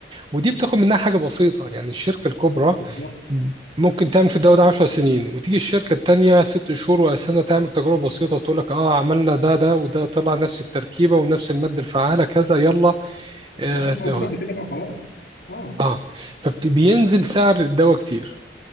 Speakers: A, on the right; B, on the left.
A: ودي بتاخد منها حاجه بسيطه يعني الشركه الكبرى
B: بالظبط
A: ممكن تعمل في الدواء ده 10 سنين وتيجي الشركة التانية ست شهور ولا سنة تعمل تجربة بسيطة وتقول لك اه عملنا ده ده وده طلع نفس التركيبة ونفس المادة الفعالة كذا يلا اه
B: عشان موجوده
A: ته-
B: قبل كده بقى خلاص اه
A: اه فبينزل سعر الدواء كتير